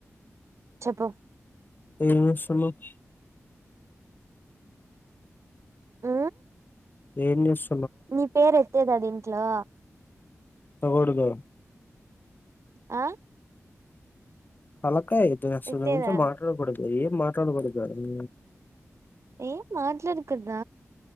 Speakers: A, on the right; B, on the left.
A: చెప్పు
B: ఏం చేస్తున్నావ్
A: ఉ
B: ఏది తిస్
A: నీ పేరు ఎత్తేది అది ఇంట్లో
B: ఎత్తకూడదు
A: ఆ
B: <unintelligible>
A: ఎత్తేదా
B: మాట్లాడకడదు ఏం మాట్లాడకడదు
A: ఏం మాట్లాడు కూడద